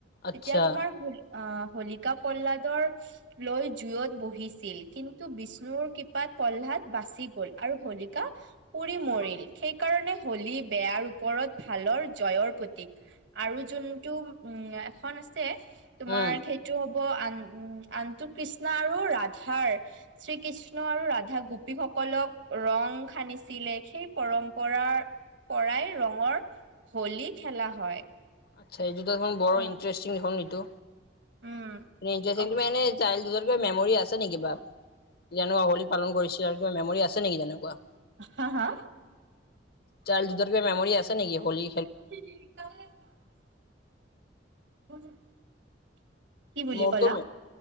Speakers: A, on the right; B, on the left.
A: তেতিয়া
B: আচ্ছা
A: তোমাৰ ভুল অ হলিকা প্ৰহ্লাদৰ লৈ জুইত বহিছিল কিন্তু বিষ্ণুৰ কৃপাত পল্লাদ বাচি গল আৰু হোলিকা পুৰি মৰিল সেইকাৰণে হলী বেয়াৰ ওপৰত ভালৰ জয়ৰ প্ৰতীক আৰু যোনটো উম এখন আছে তোমাৰ
B: উম
A: সেইটো হব হব আন উম আনটো কৃষ্ণ আৰু ৰাধাৰ শ্ৰী কৃষ্ণ আৰু ৰাধা গোপী ভক্ত সকলক ৰং সানিছিলে সেই পৰম্পৰাৰ পৰাই ৰঙৰ হোলী খেলা হয়।
B: আচ্ছা এইটো দেখোন বৰ
A: অ'।
B: ইণ্টাৰেষ্টিং হল এইটো
A: উম,
B: এনে
A: অকে
B: সাইডল কিবা কিবা মেমৰি আছে নেকি কিবা যেনেকুৱা হোলী পালন কৰিছিল আৰু কিবা মেমৰী আছে নেকি তেনেকুৱা।
A: হা হা
B: চাইল্ড হুদৰ কিবা মেম'ৰি আছে নেকি হলী
A: <unintelligible> <unintelligible>
B: মোৰতো
A: ক'লা?